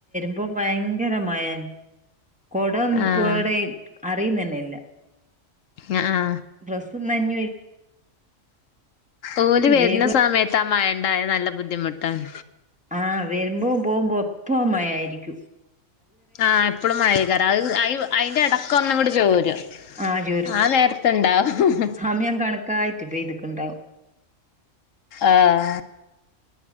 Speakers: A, in the centre; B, on the left.
A: ഇപ്പൊ ഭയങ്കരമായൻ കൊട
B: ആഹ്
A: ടെ അറിയുന്ന തന്നെ ഇല്ല.
B: ആ ആ
A: ഡ്രസ്സ്നനഞൊയ്
B: ഓല് വരുന്ന
A: വേഗം
B: സമയത്ത് ആ മഴണ്ടായ നല്ല ബുദ്ധിമുറ്റാണ്
A: ആഹ് വരുമ്പോ പോകുമ്പോ എപ്പ മായായിരിക്കും
B: ആഹ എപ്പളും മയായ്കാരം അ അ അതിന്റെ ഇടക്ക ഒന്നങ്ങോട്ട് ചോരും
A: ആഹ് ചോരും
B: ആ നേരത്തണ്ടാവും.
A: സമയം കണക്കായിട്ട് പെയ്തിട്ടുണ്ടാവും
B: ആഹ